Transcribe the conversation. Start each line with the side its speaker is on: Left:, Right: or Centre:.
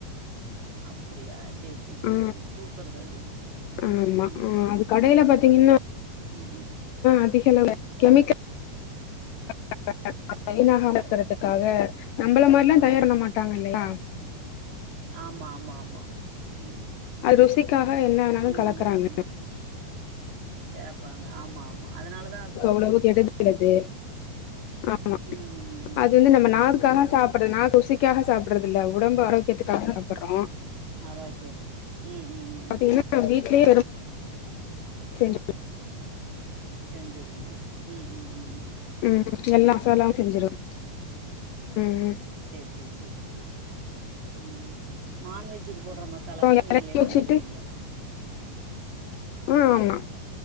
Right: அப்புடியா சே சே சே
Left: ஆ
Right: சே சூப்பரு தோழி ம்
Left: ஆமா
Right: ம்
Left: ஆ அது கடைல பாத்தீங்கின்னா
Right: ம் ம்
Left: அதிகளவுல கெமிக்கல்
Right: ம்
Left: <unintelligible> வீணாகாம இருக்கறதுக்காக நம்பள மார்லாந் தயார் பண்ண மாட்டாங்க இல்லயா
Right: <unintelligible> ஆமா ஆமா ஆமா ம் ம்
Left: அது ருசிக்காக என்ன வேணாலு
Right: ம்
Left: கலக்குறாங்க
Right: ம் ம் கேப்பாங்க ஆமா ஆமா அதனாலதா அது
Left: வுளவு கேட்டது <unintelligible> ஆமா
Right: ம் ம் ம் ம்
Left: அது வந்து நம்ம நாக்குகாக சாப்பறது நாக் ருசிக்காக சாப்பிடறதில்ல உடம்பு ஆரோக்கியத்துக்காக சாப்புர்றோ
Right: ஆரோக்யத்து ம் ம் ம்
Left: பாத்தீங்கின்னா
Right: ம்
Left: வீட்லியே <unintelligible>
Right: செஞ்சுருவீங்க ம் ம் ம் ம் ம்
Left: ம் எல்லா மசாலாவு செஞ்சிருவே ம்
Right: சேர் சேர் சேர் சேர் ம் ம் ம் நான்வெஜ்ஜுகு போட்ற மசாலாக்
Left: அப்புறோ
Right: கூட நீங்ளே
Left: இறக்கி வச்சுட்டு
Right: பண்ணிருவீங்க
Left: அ ஆமா